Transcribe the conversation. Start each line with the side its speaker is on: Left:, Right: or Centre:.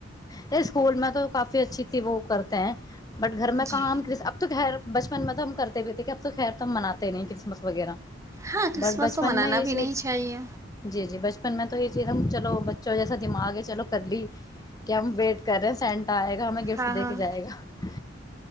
Left: یہ اسکول میں تو کافی اچھی تھی وہ کرتے ہیں بٹ گھر میں
Right: جی
Left: کام کر اب تو گیر بچپن میں تو ہم کرتے بھی تھتے کہ اب تو خیر تو ہم مناتے نہیں کرسمس وغیرہ
Right: ہاں کرسمس
Left: بٹ بچپن
Right: تو منانا
Left: میں یہ
Right: بھی
Left: چیز
Right: نہیں چاہیے
Left: جی جی بچپن میں تو یہ چیز چلو بچوں جیسا دماغ ہے چلو کر لی ہم ویٹ کر رہے ہیں سینٹا آئے گا ہمیں گفٹ
Right: ہاں
Left: دے
Right: ہاں
Left: کے جائے گا